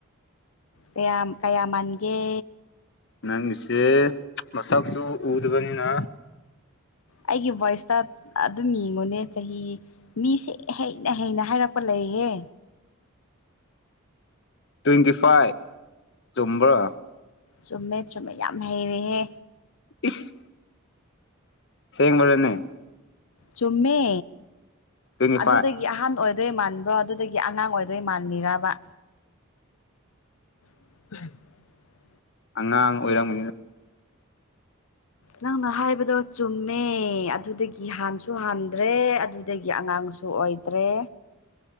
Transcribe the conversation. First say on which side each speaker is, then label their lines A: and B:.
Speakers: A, on the left; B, on the left.
A: ꯀꯌꯥꯝ ꯀꯌꯥ ꯃꯥꯟꯒꯦ
B: ꯅꯪꯒꯤꯁꯦ ꯃꯁꯛꯁꯨ ꯎꯗꯕꯅꯤꯅ
A: ꯑꯩꯒꯤ ꯚꯣꯏꯁꯇ ꯑꯗꯨꯝ ꯌꯦꯡꯉꯨꯅꯦ ꯆꯍꯤ ꯃꯤꯁꯦ ꯍꯩꯅ ꯍꯩꯅ ꯍꯥꯏꯔꯛꯄ ꯂꯩ ꯂꯩꯌꯦ
B: ꯇ꯭ꯋꯦꯟꯇꯤ ꯐꯥꯏꯚ ꯆꯨꯝꯕ꯭ꯔꯥ
A: ꯆꯨꯝꯃꯦ ꯆꯨꯝꯃꯦ ꯌꯥꯝ ꯍꯩꯔꯦꯍꯦ
B: ꯏꯁ ꯁꯦꯡꯕꯔꯅꯦ
A: ꯆꯨꯝꯃꯦ
B: ꯇ꯭ꯋꯦꯟꯇꯤ
A: ꯑꯗꯨꯗꯒꯤ
B: ꯐꯥꯏꯚ
A: ꯑꯍꯥꯟ ꯑꯣꯏ ꯑꯗꯨꯏ ꯃꯥꯟꯕ꯭ꯔꯣ ꯑꯗꯨꯗꯒꯤ ꯑꯉꯥꯡ ꯑꯣꯏꯗꯣꯏ ꯃꯥꯟꯂꯤꯔꯕ <unintelligible>
B: ꯑꯉꯥꯡ ꯑꯣꯏꯔꯝꯒꯅꯤꯗ
A: ꯅꯪꯅ ꯍꯥꯏꯕꯗꯣ ꯆꯨꯝꯃꯦ ꯑꯗꯨꯗꯒꯤ ꯍꯥꯟꯁꯨ ꯍꯥꯟꯗ꯭ꯔꯦ ꯑꯗꯒꯤ ꯑꯉꯥꯡꯁꯨ ꯑꯣꯏꯗ꯭ꯔꯦ